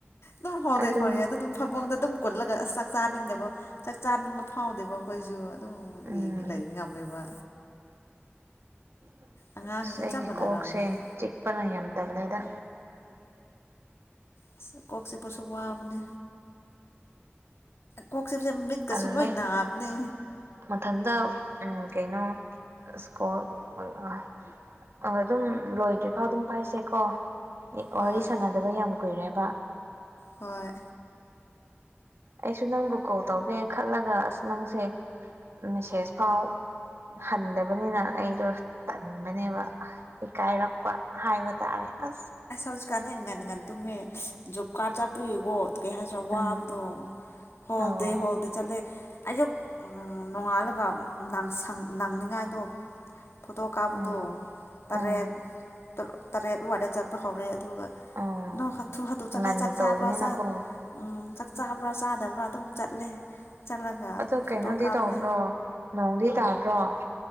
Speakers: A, on the left; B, on the right.
A: ꯗꯨꯝ ꯍꯣꯜ
B: ꯑꯗꯨꯅꯦ
A: ꯗꯦ ꯐꯣꯟ ꯌꯦꯡꯗꯗꯨꯝ ꯐꯃꯨꯡꯗ ꯑꯗꯨꯝ ꯀꯨꯜꯂꯒ ꯑꯁ ꯆꯥꯛ ꯆꯥꯅꯤꯡꯗꯦꯕ ꯆꯥꯛ ꯆꯥꯅꯤꯡꯕ ꯐꯥꯎꯗꯦꯕ ꯑꯈꯣꯏꯖꯨ ꯗꯨꯝ
B: ꯎꯝ
A: ꯌꯦꯉ ꯂꯩ ꯉꯝꯃꯦꯕ
B: <inaudible>
A: ꯑꯉꯥꯡꯁꯤꯡꯁꯨ
B: ꯁ ꯑꯩꯒꯤ
A: ꯆꯞ ꯃꯥꯟꯅꯔꯝꯒꯅꯤ
B: ꯀꯣꯛꯁꯦ ꯆꯤꯛꯄꯅ ꯌꯥꯝ ꯇꯜꯂꯦꯗ
A: ꯑꯁ ꯀꯣꯛ ꯆꯤꯛꯄꯁꯨ ꯋꯥꯕꯅꯦ ꯄꯁꯦ ꯃꯤꯠꯀꯁꯨ
B: ꯇꯜꯂꯦ
A: ꯂꯣꯏ ꯅꯥꯕꯅꯦ
B: ꯃꯊꯟꯇ ꯎꯝ ꯀꯩꯅꯣ ꯁ꯭ꯀꯣꯜ ꯑꯑ ꯍꯣꯏ ꯑꯗꯨꯝ ꯂꯣꯏꯗ꯭ꯔꯤꯐꯥꯎ ꯑꯗꯨꯝ ꯄꯥꯏꯁꯦꯀꯣ ꯏ ꯑ
A: ꯍꯣꯏ
B: ꯋꯥꯔꯤ ꯁꯥꯟꯅꯗꯕ ꯌꯥꯝ ꯀꯨꯏꯔꯦꯕ
A: ꯍꯣꯏ
B: ꯑꯩꯁꯨ ꯅꯪꯕꯨ ꯀꯣꯜ ꯇꯧꯒꯦ ꯈꯜꯂꯒ ꯑꯁ ꯅꯪꯁꯦ ꯃꯦꯁꯦꯖ ꯐꯥꯎ ꯍꯟꯗꯕꯅꯤꯅ ꯑꯩꯗꯣ ꯇꯟꯕꯅꯦꯕ ꯏꯀꯥꯏꯔꯛꯄ ꯍꯥꯏꯕ ꯇꯥꯔꯦ ꯑꯁ
A: ꯍꯧꯖꯤꯛꯀꯥꯟ ꯉꯟꯉꯟ ꯇꯨꯝꯃꯦ ꯖꯣꯕ ꯀꯥꯔꯠ ꯆꯠꯄꯤꯌꯨꯀꯣ ꯑꯗꯨ ꯀꯩ ꯍꯥꯏꯁꯤꯔꯥ
B: ꯎꯝ
A: ꯋꯥꯕꯗꯣ ꯍꯣꯜꯗꯦ
B: ꯑꯣ
A: ꯍꯣꯜꯗꯦ ꯆꯠꯂꯦ ꯑꯌꯨꯛ ꯎꯝ ꯅꯣꯡꯉꯥꯜꯂꯒ ꯅꯪꯁꯪ ꯅꯪꯅꯉꯥꯏꯗꯣ ꯐꯣꯇꯣ ꯀꯥꯞꯄꯗꯣ
B: ꯎꯝ
A: ꯇꯔꯦꯠ
B: ꯎꯝ
A: ꯇꯔ ꯇꯔꯦꯠ ꯋꯥꯏꯗ ꯆꯠ ꯇꯍꯧꯋꯦ ꯑꯗꯨꯒ
B: ꯎꯝ
A: ꯗꯨꯝ ꯍꯥꯊꯨ ꯍꯥꯊꯨ ꯆꯠꯂꯦ
B: ꯉꯟꯅ
A: ꯆꯥꯛ
B: ꯇꯧꯕꯅꯤꯅꯀꯣ
A: ꯆꯥꯕ꯭ꯔꯥ ꯆꯥꯛ ꯎꯝ ꯆꯥꯛ ꯆꯥꯕ꯭ꯔꯥ ꯆꯥꯗꯕ꯭ꯔꯥ ꯑꯗꯨꯝ ꯆꯠꯂꯦ ꯆꯠꯂꯒ
B: ꯑꯗꯣ ꯀꯩꯅꯣꯗꯤ
A: ꯐꯣꯇꯣ ꯀꯥꯞꯂꯦ
B: ꯇꯧꯗ꯭ꯔꯣ ꯅꯣꯡꯗꯤ ꯇꯥꯗ꯭ꯔꯣ